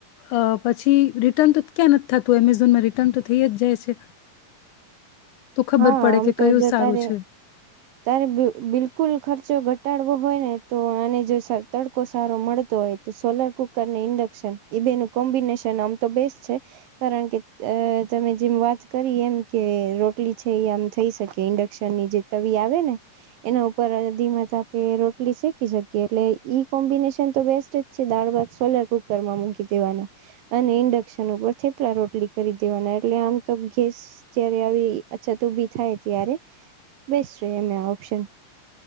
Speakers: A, on the left (about 75°); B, on the right (about 80°).
A: અહ પછી રિટર્ન તો ક્યાં નથ થાતું એમેઝોનમાં રિટર્ન તો થઈ જ જાય છે. તો ખબર
B: હા
A: પડે
B: આમ
A: કે
B: તો
A: કયું
B: જો
A: સારું
B: તારે
A: છે
B: તારે બ બિલકુલ ખર્ચો ઘટાડવો હોય ને તો આને જો સ તડકો સારો મળતો હોય, તો સોલાર કુકર ને ઇન્ડક્શન ઈ બે નો કોમ્બિનેશન આમ તો બેસ્ટ છે, કારણ કે અહ તમે જેમ વાત કરી એમ કે રોટલી છે ઈ આમ થઈ શકે ઇન્ડક્શન ની જે તવી આવે ને એના ઉપર ધીમા તાપે રોટલી શેકી શકીએ એટલે ઈ કોમ્બિનેશન તો બેસ્ટ જ છે. દાળ-ભાત સોલાર કુકરમાં મૂકી દેવાના અને ઇન્ડક્શન ઉપર થેપલા રોટલી કરી દેવાના એટલે આમ તો ગેસ જયારે આવી અછત ઉભી થાય ત્યારે બેસ્ટ રહે એમ આ ઓપ્શન.